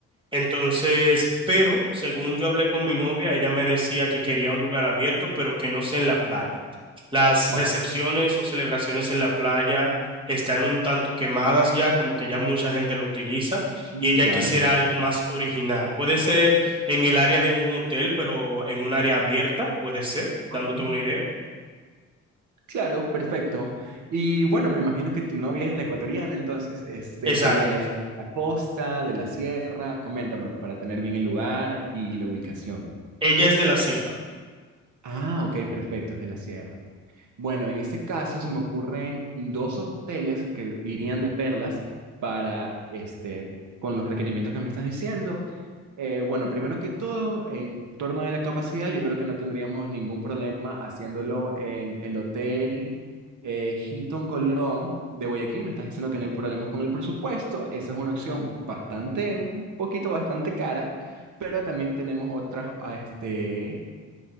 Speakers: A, on the right (about 15°); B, on the right (about 75°).
A: entonces, pero según yo hablé con mi novia, ella me decía que quería un lugar abierto, pero que no sea en la playa. Las recepciones
B: Ok,
A: o celebraciones en la playa están un tanto quemadas ya, como que ya mucha gente lo utiliza,
B: mm,
A: y ella
B: Claro,
A: quisiera algo
B: claro.
A: más original. Puede ser en el área de un hotel, pero en un área abierta, puede ser, dándote
B: Ok.
A: una idea.
B: Claro, perfecto. Y bueno, me imagino que tu novia es la ecuatoriana, entonces, este,
A: Exacto.
B: ella es de la costa, de la sierra. Coméntame para tener bien el lugar y la ubicación.
A: Ella es de la sierra.
B: Ah, ok, perfecto, es de la sierra. Bueno, en este caso se me ocurren dos hoteles que irían de perlas para este con los requerimientos que me estás diciendo. Eh, bueno, primero que todo, en torno a la capacidad, yo creo que no tendríamos ningún problema haciéndolo en el hotel eh, Hilton Colón de Guayaquil. Me estás diciendo que no hay problemas con el presupuesto. Esa es una opción bastante, un poquito bastante cara, pero también tenemos otras, ah, este,